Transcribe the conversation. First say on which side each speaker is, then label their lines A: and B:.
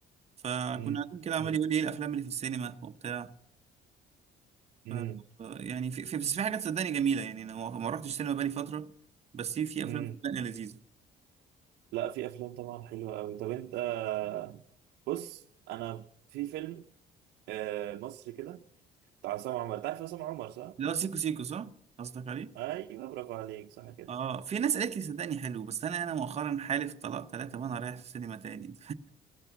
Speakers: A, on the right; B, on the right.
A: فكنا
B: مم.
A: قاعدين كده عمال
B: مم.
A: يقول لي ايه الافلام اللي في السينما وبتاع
B: مم.
A: ف يعني في في- بس في حاجات صدقني جميلة يعني انا ما ما رحتش سينما بقالي فترة بس في في
B: مم.
A: افلام صدقني لذيذة
B: لا في افلام طبعا حلوه قوي طب انت آه، بص انا في فيلم آه، مصري كده بتاع عصام عمر تعرف عصام عمر صح
A: اللي هو سيكو سيكو صح قصدك عليه
B: ايوه برافو عليك صح كده
A: اه في ناس قالت لي صدقني حلو بس انا انا مؤخرا حالف طلاق ثلاثة وانا رايح السينما تاني